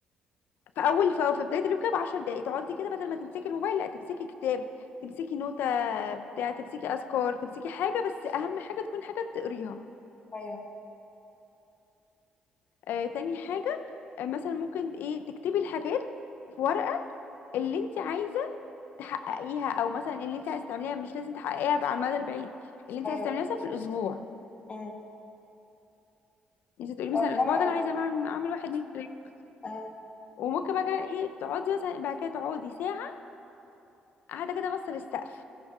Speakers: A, on the left; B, on the left.
A: في اول في في بدايه اليوم كده ب 10 دقائق تقعدي كده بدل ما تمسكي الموبايل لا تمسكي كتاب تمسكي نوتة بتاع تمسكي اذكار تمسكي حاجه بس اهم حاجه تكون حاجه بتقريها
B: ايوه
A: آه تاني حاجه آه مثلا ممكن ايه تكتبي الحاجات في ورقه اللي انت عايزه تحققيها او مثلا اللي انت عايزه تعمليها مش لازم تحققيها على المدى البعيد اللي انت
B: ايوه
A: عايزه تعمليها مثلا في الاسبوع
B: مم.
A: يعني انت تقولي
B: طب
A: مثلا الاسبوع
B: حلو
A: ده
B: قوي
A: انا عايزه اعمل اعمل واحد اتنين تلاته
B: مم.
A: وممكن بقى كده ايه تقعدي مثلا بعد كده تقعدي ساعه قاعده كده بص للسقف